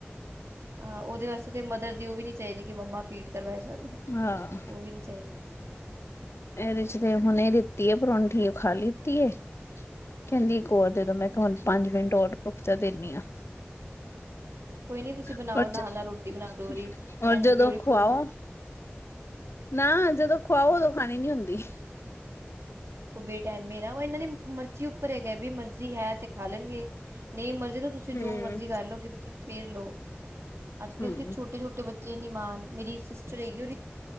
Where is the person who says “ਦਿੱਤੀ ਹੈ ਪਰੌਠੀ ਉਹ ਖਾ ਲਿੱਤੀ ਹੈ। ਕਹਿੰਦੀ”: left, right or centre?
Left